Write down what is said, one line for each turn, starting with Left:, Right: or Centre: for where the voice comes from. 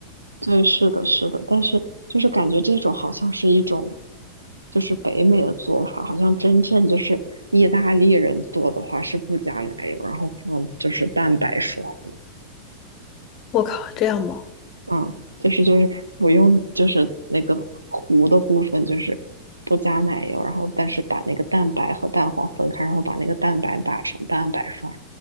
Right: 对，是的，是的，但是就是感觉这种好像是一种，就是北美的做法，好像真正就是意大利人做的话是不加奶油，然后放就是蛋白霜的，
Left: 我靠，这样吗？
Right: 嗯，就是就是不用就是那个糊的部分就是不加奶油，然后但是把那个蛋白和蛋黄分开，然后把那个蛋白打成蛋白霜，